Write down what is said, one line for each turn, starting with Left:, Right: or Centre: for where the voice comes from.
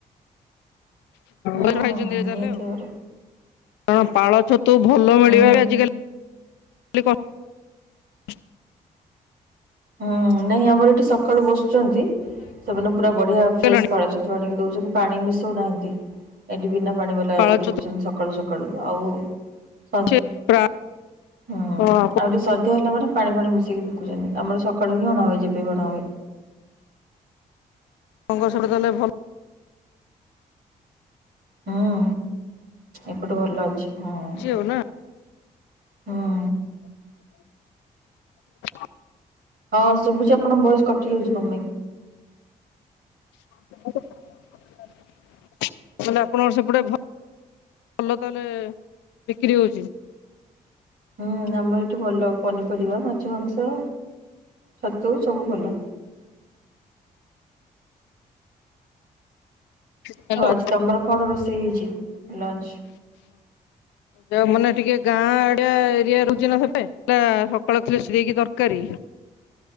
Right: ହୁଁ
Left: ବ ଭାଇ ଜ ଦରେ ଚାଲେ।
Right: ନିହାତି ଭାବରେ
Left: ତଣ ପାଳଛ ତୁ ଭଲ ମିଳିବା
Right: ହୁଁ
Left: ଆଜିକାଲି <unintelligible>
Right: ହୁଁ ନାଇଁ ଆମର ଏଠି ସକାଳୁ ବସ ସେମାନେ ପୁରା ବଢିଆ
Left: ହେଇଗଲାଣି।
Right: ଫ୍ରେଶ ପାଳ ଛତୁ ଆଣିକି ଦଉଛନ୍ତି ପାଣି ମି ସୁନାାଇନ୍ତି। ଏଠି ବିନା ପାଣି ବାଲା
Left: ପାଳ
Right: ଦେଖୁଛନ୍ତି
Left: ଛତୁ
Right: ସକାଳୁ ସକାଳୁ। ମକ୍ଳୁ ଆଉ ସ
Left: ସେ ପ୍ରାୟ
Right: ହୁଁ
Left: ଆପଣଙ୍କ
Right: ଆଉ ସଧ୍ୟା ହେଲା ମନ ପାଣି ଫଣି ମିଶିକି ବିକୁଛନ୍ତିି। ଆମର ସକାଳୁ ବି ଅଣା ହଏ ଯେବେ ବଣା ହଏ।
Left: କଙ୍ଗ ଡ଼ ଦେଲେ ଭଲ
Right: ହୁଁ ଏପଟୁ ଭଲ ଅଛି ହଁ।
Left: ଅଛି ଆଉ ନା
Right: ହଁ
Left: <inaudible> <inaudible>
Right: ହଁ ଶୁଭୁଛି ଆପଣ ବୟସ କଟି ଯାଉଛି କଣ ପାଇଁ?
Left: ତାହଲେ ଆପଣଙ୍କର ସେପଟେ ଭଲ ତାହେଲେ ବିକ୍ରି ହଉଛି।
Right: ହୁଁ ଆମର ଏଠୁ ଭଲ ପନିପରିବା ମାଛ ମାଂସ ଛତୁ ସବୁ ଭଲ
Left: ହ୍ୟାଲୋ
Right: ଆଉ ଆଜି ତମର କଣ ରୋଷେଇ ହେଇଛି ଲଞ୍ଚ
Left: ଯଉ ମାନେ ଟିକେ ଗାଁ ଆଡିଆ ଏରିଆ ରହୁଛି ନା ସେବେ ସକାଳଷ୍ଟ ଦେଇକି ଦରକାରୀ